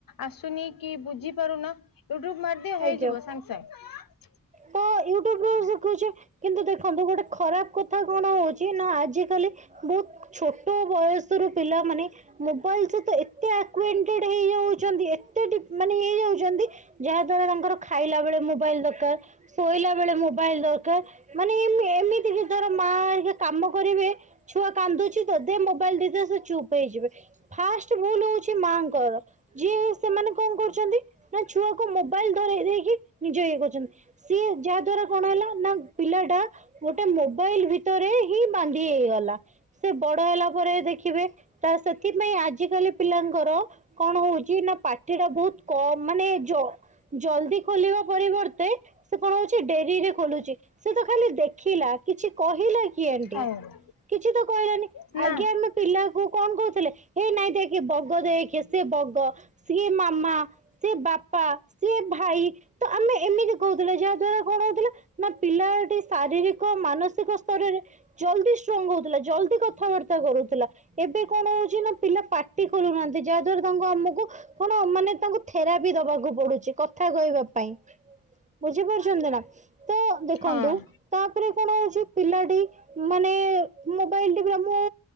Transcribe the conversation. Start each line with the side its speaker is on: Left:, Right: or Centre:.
Left: ଆସୁନି କି ବୁଝି ପାରୁନ? <unintelligible> ଟ ହେଇଯିବ
Right: ଆଜ୍ଞା।
Left: ସାଙ୍ଗେ ସାଙ୍ଗେ
Right: ତ ୟୁଟ୍ୟୁବରେ ଶିଖୁଛ। କିନ୍ତୁ ଦେଖନ୍ତୁ ଗୋଟେ ଖରାପ କଥା କଣ ହଉଛି ନା ଆ ଖାଲି ବହୁତ ଛୋଟ ବୟସରୁ। ପିଲାମାନେ ମୋବାଇଲ ଚ ତ ଏତେ ହେଇାଉ ଏତେ ମାନେ ହେଇଯାଉଛନ୍ତି। ଯାହା ଦ୍ଵାରା ତାଙ୍କର ଖାଇଲା ବେଳେ ମୋବାଇଲ ଦରକାର। ଶୋଇଲା ବେଳେ ମୋବାଇଲ ଦରକାର। ମାନେ ଏମିତି କି ଧର ମା, କକାମ କରିବେ ଛୁଆ କାନ୍ଦୁଛି। ତ ଦେ ମୋବାଇଲ ଦଦେ ସେ ଚୁପ୍ ହେଇଯିବେ, ଫାଷ୍ଟ ଭୁଲ ହଉଛି ମାଙ୍କର ଯିଏ ସେମାନେ କଣ କରୁଛନ୍ତି ନା ଛୁଆକୁ ମୋ ବାଇଲ ଧରେଇ ଦେଇକି ନିଜ ଇଏ କରୁଚନ୍ତି। ସିଏ ଯାହା ଦ୍ଵାରା କଣ ହେଲା ନା ପିଲା ଟା ଗୋଟେ ମୋବାଇଲ ଭିତରେ ହିଁ ବାନ୍ଧି ହେଇଗଲା। ସେ ବଡ ହେଲା ପରେ ଦେଖିବେ ତା ସ ଏଥିପାଇଁ ଆଜିକାଲି ପିଲାଙ୍କର କଣ ହଉଚି ନା ପାଟି ପାଟିଟା ବହୁତ କମ ମାନେ ଜଲଦି ଖୋଲିବା ପରିବର୍ତ୍ତେ ସେ କଣ ହଉଚି ଡେରିରେ ଖୋଲୁଚି। ସେ ତ ଖାଲି ଦେଖିଲା କିଛି କହିଲା କିଏ ଣ୍ଟିଏ,
Left: ସାଙ୍ଗେ।
Right: କିଛି ତ କହିଲାନି
Left: ହଉ
Right: ଆଗେ
Left: ନା
Right: ଆମେ ପିଲାକୁ କଣ କହୁଥିଲେ। ଏ ନାଇଁ ଦେଖେ ବଗ ଦେଖେ ସେ ବଗ ସିଏ ମା ସେ ବାପା, ସେ ଭାଇ, ତ ଆମେ ଏମିତି କହୁଥିଲେ ଯା ଦ୍ଵାରା କଣ ହଉଥିଲା ନା ପିଲାଟି ଶାରୀରିକ ମାନସିକ ସ୍ତରରେ ଜଲଦି ଷ୍ଟ୍ରଙ୍ଗ ହଉଥିଲା, ଜଲଦି କଥାବାର୍ତ୍ତା କରୁଥିଲା। ଏବେ କଣ ହଉଚି ନା ପିଲା ପାଟି ଖୋଲୁନାହାନ୍ତି, ଯାହା ଦ୍ଵାରା ତାଙ୍କୁ ଆମକୁ କଣ ମାନେ ତାଙ୍କୁ ଥେରାପି ଦବାକୁ ପଡୁଚି କଥା କହିବା ପାଇଁ । କରୁଛନ୍ତି ନା? ତ ଦେଖନ୍ତୁ
Left: ହଁ।
Right: ତାପରେ କଣ ହଉଚି ପିଲାଟି ମାନେ ମୋବାଇଲ ଟ ମୁଁ